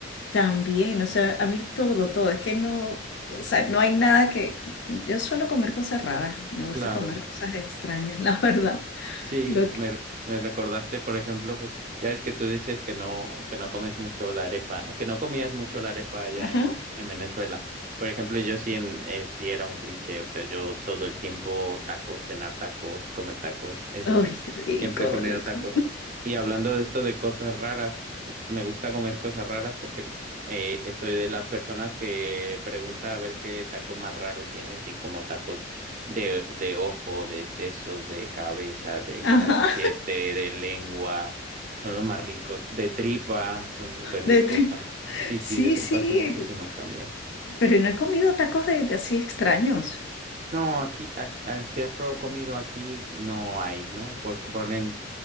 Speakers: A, on the left (about 65°); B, on the right (about 45°).
A: También, o sea, a mí todo, todo. Es que no, o sea, no hay nada que, yo suelo comer cosas raras, me
B: Claro.
A: gusta comer cosas extrañas, <laughs> la verdad.
B: Sí,
A: Lo,
B: me,
A: que-
B: me recordaste, por ejemplo, pues ya ves que tú dices que no, que no comes mucho la arepa, que no comías mucho la arepa allá
A: ajá.
B: en, en Venezuela. Por ejemplo, yo sí, en, eh, sí era un cliché, o sea, yo todo el tiempo tacos, cenar tacos, comer tacos, eso
A: ¡Ay,
B: sí,
A: rico,
B: siempre he comido
A: rico.
B: tacos. Y hablando de esto de cosas raras, me gusta comer cosas raras porque eh, soy de las personas que pregunta a ver qué taco más raro tienes y como tacos de, de ojo, de sesos, de cabeza, de
A: Ajá.
B: cachete, de lengua, son los más ricos. De tripa, son súper
A: de
B: ricos
A: tri-
B: también. Sí, sí,
A: Sí,
B: de tripa
A: sí,
B: son riquísimos también.
A: pero no he comido tacos de, de así extraños.
B: No, aquí, a- a- si has pro- comido aquí, no hay, ¿no? Pues ponen,